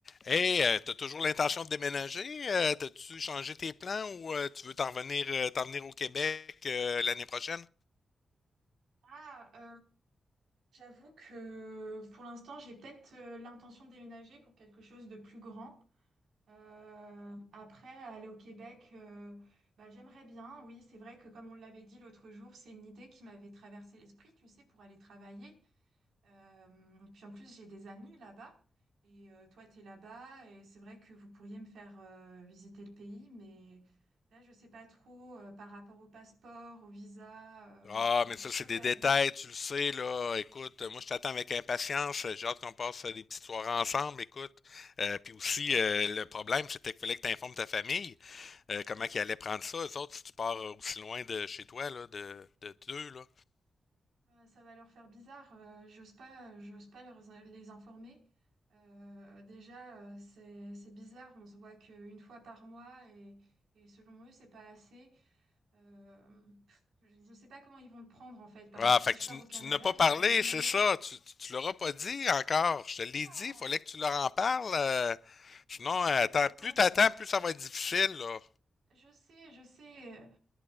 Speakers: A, on the left; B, on the right.
A: Hey, euh, t'as toujours l'intention de déménager? Euh, t'as-tu changé tes plans ou euh, tu veux t'en revenir, euh, t'en venir au Québec euh, l'année prochaine?
B: Ah, euh, j'avoue que pour l'instant, j'ai peut-être euh, l'intention de déménager pour quelque chose de plus grand. Euh, après, aller au Québec, euh, bah, j'aimerais bien. Oui, c'est vrai que comme on l'avait dit l'autre jour, c'est une idée qui m'avait traversé l'esprit, tu sais, pour aller travailler. Euh, et puis en plus, j'ai des amis là-bas. Et euh, toi, tu es là-bas. Et c'est vrai que vous pourriez me faire euh, visiter le pays. Mais là, je sais pas trop euh, par rapport au passeport, au visa.
A: Ah,
B: euh, je suis un
A: mais
B: petit
A: ça, c'est
B: peu
A: des
B: perdue.
A: détails, tu le sais, là. Écoute, euh, moi, je t'attends avec impatience. J'ai hâte qu'on passe euh, des petites soirées ensemble, écoute. Euh, puis aussi, euh, le problème, c'était qu'il fallait que t'informes ta famille euh, comment qu'ils allaient prendre ça. Eux autres, si tu pars euh, aussi loin de chez toi, là, de, de d'eux, là.
B: Bah, ça va leur faire bizarre. euh, j'ose pas, j'ose pas leur, les informer. Euh, déjà, euh, c'est, c'est bizarre. On se voit qu'une fois par mois et, et selon eux, c'est pas assez. Euh, pff, je ne sais pas comment ils vont le prendre en fait, parce
A: Ah,
B: que si
A: fait que
B: je
A: tu,
B: pars au Canada,
A: tu n'as pas
B: ils
A: parlé,
B: pourront venir
A: c'est
B: me
A: ça.
B: voir.
A: Tu, tu, tu l'auras pas dit encore. Je te l'ai
B: Non,
A: dit, il fallait que tu leur en parles. euh, sinon,
B: non, je
A: euh,
B: leur ai
A: attends,
B: pas encore
A: plus
B: dit.
A: t'attends, plus ça va être difficile, là.
B: Je sais, je sais.